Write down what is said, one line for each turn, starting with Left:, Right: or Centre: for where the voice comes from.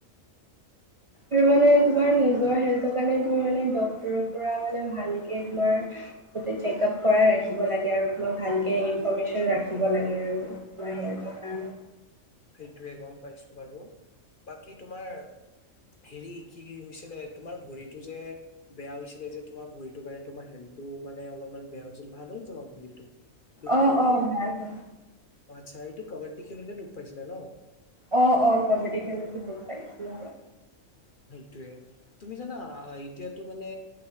Right: আৰু মানে তোমাৰ নিজৰ হেল্থৰ কাৰণে তুমি মানে ডাক্তৰৰ পৰা মানে ভালকে তোমাৰ চেক আপ কৰাই ৰাখিব লাগে আৰু তোমাৰ ভালকে ইনফমেশচন ৰাখিব লাগে আৰু তোমা <unintelligible>
Left: সেইটোয়ে গম পাইছো বাৰু বাকী তোমাৰ হেৰি কি কি হৈছিলে তোমাৰ ভৰিতো যে বেয়া হৈছিলে যে তোমাৰ ভৰিটোৰ কাৰণে তোমাৰ হেল্থটো মানে অলপমান বেয়া হৈছিল ভাল হ'ল তোমাৰ ভৰিটো দুখ
Right: অ',
Left: পাই
Right: অ', ভাল হয়।
Left: আচ্ছা এইটো কাবাডী খেলোতে দুখ পাইছিলা ন?
Right: অ অ কাবাডী খেলো বখ পাইছিলো
Left: য় তুমি জানা এতিয়াতো মানে